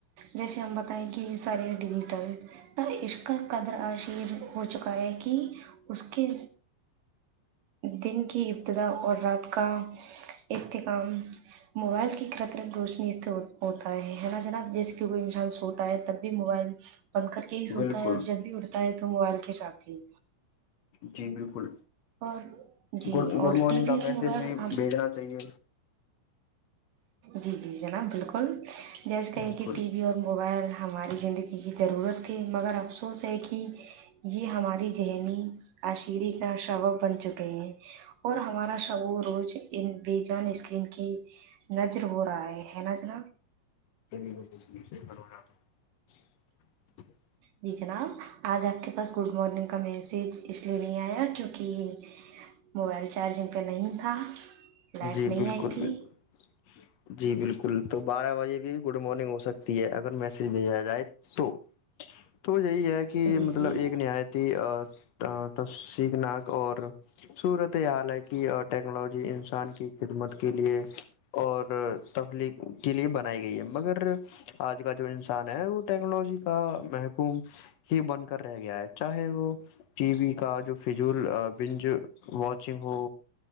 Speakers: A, on the right (about 75°); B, on the left (about 65°).
A: جیسے ہم بتائیں کہ سارے ڈیجیٹل اس کا قدر عشیر ہو چکا ہے کہ اس کے دن کی ابتدا اور رات کا استحکام موبائل کی خطرک روشنی اس ہوتا ہے نا جناب جیسے کہ کوئی انسان سوتا ہے تب بھی موبائل بند کر کے ہی
B: بالکل
A: سوتا ہے اور جب بھی ہے تو موبائل کے ساتھ ہی
B: جی بالکل
A: اور جی
B: گڈ گڈ
A: اور
B: مارننگ
A: ٹی وی
B: کا
A: اور
B: میسج
A: موبائل
B: بھی
A: ہم
B: بھیجنا چاہیے
A: جی جی جناب بالکل جیسے کہیں
B: بالکل
A: کہ ٹی وی اور موبائل ہماری زندگی کی ضرورت تھی مگر افسوس ہے کہ یہ ہماری ذہنی عاشیرے کا شعب بن چکے ہیں اور ہمارا شعو روز ان بے جان اسکرین کی نظر ہو رہا ہے ہے ن جر
B: کرونا
A: جی جناب آج آپ کے باس گڈ مارننگ کا میسیج اس لیے نہیں آیا کیونکہ موبائل چارجنگ کاہ نہیں تھا لائٹ
B: جی
A: نہیں
B: بالکل
A: آئی تھی
B: بالکل جی بالکل تو بارہ بجے بھی گڈ مارننگ ہو سکتی ہے اگر میسیج بھیجا جائے تو تو یہی ہے کہ
A: جی
B: مطلب
A: جی
B: ایک نایتی ا تف سیک ناک اور سورت یہ حال ہے کی اور ٹیکنالوجی کی خدمت کے لیے اور تفلیق کے لیے بنائی گئی ہے مگر آج کا جو انسان ہے وہ ٹیکنالوجی کا محکوم ہی بن کر رہ گیا ہے چاہے وہ ٹی وی کا جو فجول بنج واچنگ ہو